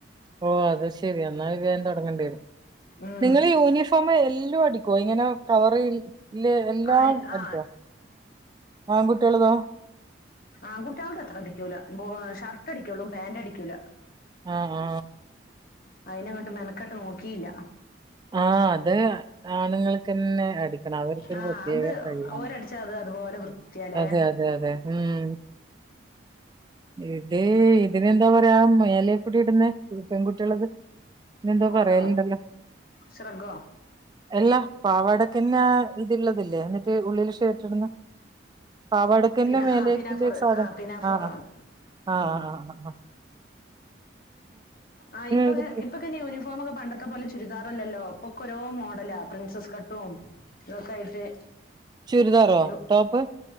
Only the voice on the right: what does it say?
ഓ അത് ശെരി എന്നാ ഇത് വേം തൊടങ്ങണ്ടേരിം
നിങ്ങള് യൂനിഫോം എല്ല ല്ലോ അടിക്കോ ഇങ്ങനെ കവറ്ല്ലെ എല്ലാം
അടിക്കോ ആൺകുട്ട്യേളതോ
ആ ആ
ആ അത് ആണുങ്ങൾക്കന്നെ അടിക്കണം അവർക്കൊരു
പ്രത്യേക
കഴിവാണ്.
അതെ അതെ അതെ ഉം ഇത് ഇതിനെന്താ പറയാ മേലെക്കൂടി ഇടുന്ന പെൺകുട്ട്യേളത് നെന്തോ
പറേല്ണ്ടല്ലോ
എല്ലാ ന്നെആണ് ഇത്ള്ളതില്ലേ എന്നിട്ട് ഉള്ളിൽ ഷട്ടിന്ന് പാവാടക്കന്നെ
മേലേക്ക്
ഒരു സാധനം
ആ ആ
ആ ആ ആ
ഒരു പ്ര
ചുരിദാറോ
ടോപ്പ്